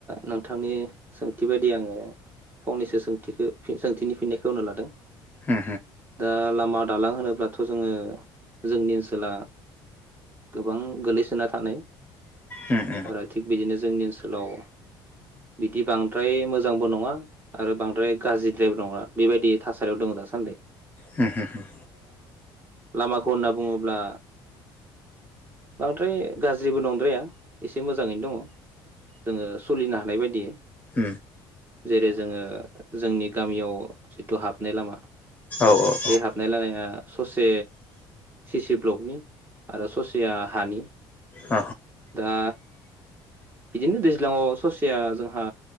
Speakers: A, on the right; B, on the left.
A: नोंथांनि सोंथि बायदि आङो फंनैसो सोंथिखो सोंथिनि फिननायखौ होनो लादों।
B: उम
A: दा लामा दालां होनो अब्लाथ' जोङो जोंनि ओनसोला गोबां गोलैसोना थानाय
B: उम उम
A: आरो थिग बिदिनो जोंनि ओन सोलाव बिदि बांद्राय मोजांबो नङा आरो बांद्राय गाज्रि द्राय नङा बेबायदि थासारियाव दङ दासान्दै
B: होम होम
A: लामाखौ होनना बुङोब्ला बांद्राय गाज्रिबो नंद्राया एसे मोजाङैनो दङ जोङो नो हानाय बायदि
B: उम
A: जेरै जोङो जोंनि गामियाव जिथु हाबनाय लामा
B: औ औ
A: बे हाबनाय लामाया ससे सिसि ब्लकनि आरो ससिया हानि
B: अ
A: दा बिदिनो दैज्लां आव ससेया जोंहा